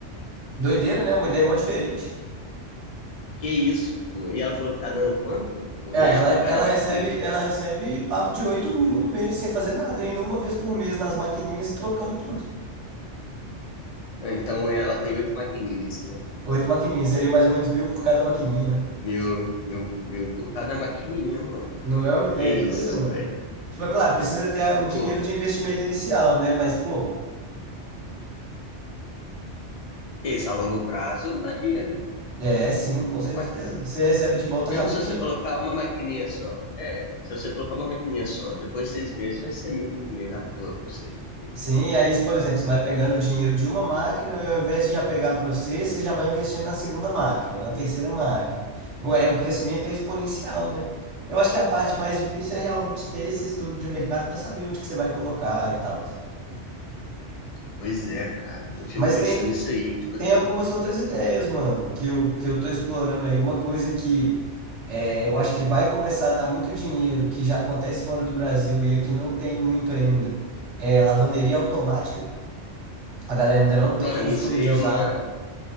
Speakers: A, on the right; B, on the left.
A: Doideira, né? Uma ideia mó diferente.
B: Que isso, pô. E ela falou que tá dando quanto por
A: É,
B: mês
A: ela,
B: por cada
A: ela
B: maquininha?
A: recebe, ela recebe papo de 8 mil no mês, sem fazer nada, indo uma vez por mês nas maquininhas e trocando tudo.
B: Ah, Então ela tem oito maquininhas, né?
A: Oito maquininhas, seria mais ou menos mil por cada maquininha, né?
B: Mil, mil, mil por cada maquininha, mano.
A: Não é uma ideia
B: Que isso,
A: doida, mano?
B: velho.
A: Tipo, é claro, precisa ter a- o dinheiro
B: Pô,
A: de investimento inicial, né? Mas, pô,
B: Isso a longo prazo dá dinheiro.
A: é sim, com certeza.
B: Ué,
A: Você recebe de volta
B: mesmo
A: rapidinho.
B: se você colocar uma maquininha só. É, se você colocar uma maquininha só, depois de seis meses vai ser mil por mês à toa pra você. entendeu?
A: Sim, e aí, por exemplo, você vai pegando o dinheiro de uma máquina e ao invés de já pegar para você, você já vai investindo na segunda máquina, na terceira máquina. O, é, o crescimento é exponencial, né? Eu acho que a parte mais difícil é realmente ter esse estudo de mercado para saber onde que você vai colocar e tal.
B: Pois é, cara. Eu fico
A: Mas
B: pensando
A: tem,
B: nisso aí, tipo
A: tem algumas
B: assim.
A: outras ideias, mano, que eu, que eu tô explorando aí. Uma coisa que. É, eu acho que vai começar a dar muito dinheiro, que já acontece fora do Brasil e aqui não tem muito ainda. É, lavanderia automática, a galera ainda não tem
B: Mano,
A: costume
B: isso aí
A: de
B: é
A: usar.
B: uma,